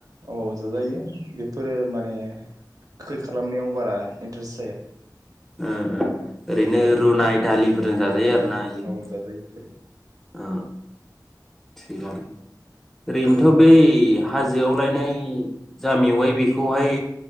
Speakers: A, on the right; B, in the centre.
A: अ ज जायो बेफोरो माने गोखै खालामनायाव बारा इन्ट्रेस्ट जाया
B: ओ ओ
A: औ
B: ओरैनो रुनाय दालिफोरजों
A: औ नैयाव
B: जाजायो आरो ना इयो
A: औ जाजायो बेफोरो
B: ओ थोजागोन ओरैनोथ
A: गोखै खा
B: बै हाजोआव लायनाय जा मेवाइ बेखौहाय